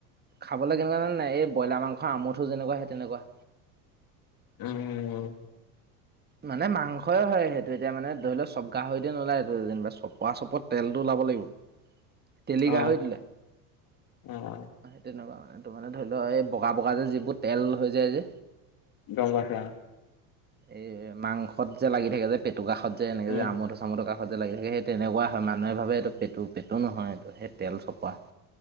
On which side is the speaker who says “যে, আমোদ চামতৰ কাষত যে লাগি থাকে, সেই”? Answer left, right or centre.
Right